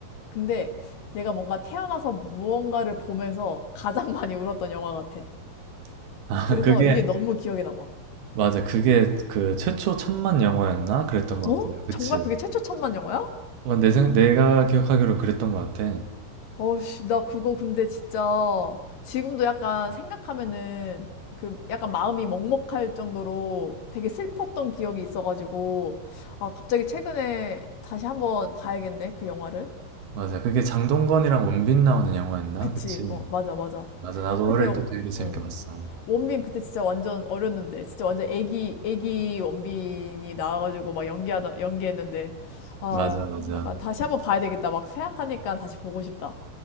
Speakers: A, on the left; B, on the right.
A: 근데 내가 뭔가 태어나서 무언가를 보면서 가장 많이 울었던 영화 같아.
B: <laughs> 아,
A: 그래서
B: 그게,
A: 이게 너무 기억에 남아.
B: 맞아. 그게 그 최초 천만 영화였나? 그랬던 것
A: 어?
B: 같은데. 그치.
A: 정말 그게 최초 천만 영화야?
B: 와, 내 생, 내가 기억하기로 그랬던 것 같아.
A: 어씨, 나 그거 근데 진짜 지금도 약간 생각하면은 그 약간 마음이 먹먹할 정도로 되게 슬펐던 기억이 있어가지고 아 갑자기 최근에 다시 한번 봐야겠네 그 영화를.
B: 맞아. 그게 장동건이랑 원빈 나오는 영화였나?
A: 그치?
B: 그치?
A: 어 맞아 맞아.
B: 맞아. 나도
A: 그때
B: 어릴
A: 어
B: 때 되게 재밌게
A: 어.
B: 봤어.
A: 원빈 그때 진짜 완전 어렸는데 진짜 완전 애기 애기 원빈이 나와가지고 막 연기하다 연기했는데 아
B: 맞아, 맞아.
A: 약간 다시 한번 봐야 되겠다 막 생각하니까 다시 보고 싶다.